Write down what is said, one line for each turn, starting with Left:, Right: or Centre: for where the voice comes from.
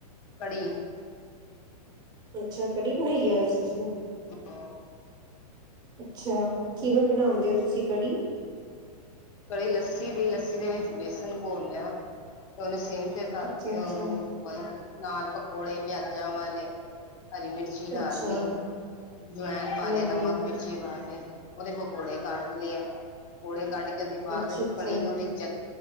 Left: ਕੜੀ।
Right: ਅੱਛਾ, ਕੜੀ ਬਣਾਈ ਐ ਅੱਜ ਤੁਸੀ?
Left: <inaudible>
Right: ਅੱਛਾ, ਕਿਵੇਂ ਬਨਓਂਦੇ ਓ ਤੁਸੀਂ ਕੜੀ?
Left: ਕੜੀ ਲੱਸੀ ਦੀ, ਲੱਸੀ ਦੇ ਵਿੱਚ ਵੇਸਨ ਘੋਲ ਲੇਆ, ਓਨੇ ਸਿਮ ਤੇ ਕਰ
Right: ਅੱਛਾ
Left: ਕੇ
Right: ਅੱਛਾ
Left: ਓਨੂੰ। ਨਾਲ ਪਕੌੜੇ ਪੇਆਜਾਂ ਵਾਲੇ, ਹਰੀ ਮਿਰਚ ਚੀ, ਡਾਲ
Right: ਅੱਛਾ
Left: ਲੀ, ਜਵੈਨ ਪਾ
Right: ਹਮ
Left: ਲੈ ਨਮਕ-ਮਿਰਚ। ਚੀ, ਪਾ ਕੇ, ਓਦੇ ਪਕੌੜੇ ਕੱਢ ਲੇ ਐ, ਪਕੌੜੇ ਕੱਢ ਕੇ ਓਦੇ ਬਾਦ
Right: ਅੱਛਾ ਅੱਛਾ
Left: ਕੜੀ ਨੂੰ ਰਿਝ <unintelligible>